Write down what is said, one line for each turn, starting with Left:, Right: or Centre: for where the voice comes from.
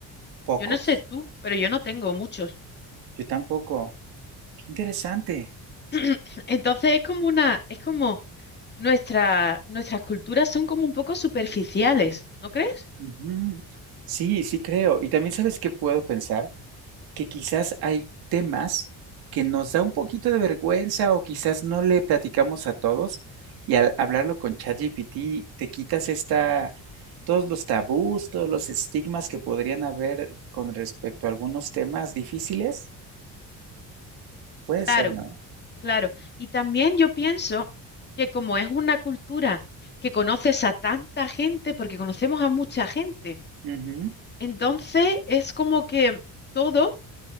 Right: Pocos.
Left: Yo no sé tú, pero yo no tengo muchos.
Right: Yo tampoco. Qué interesante.
Left: <laughs> Entonces es como una, es como nuestra, nuestras culturas son como un poco superficiales, ¿no crees?
Right: Ujú. Sí, sí creo. Y también sabes qué puedo pensar. que quizás hay temas que nos da un poquito de vergüenza o quizás no le platicamos a todos y al hablarlo con ChatGPT te quitas esta, todos los tabús, todos los estigmas que podrían haber con respecto a algunos temas difíciles. Puede
Left: Claro,
Right: ser, ¿no?
Left: claro. Y también yo pienso que como es una cultura que conoces a tanta gente, porque conocemos a mucha gente,
Right: Ujú,
Left: entonces es como que todo,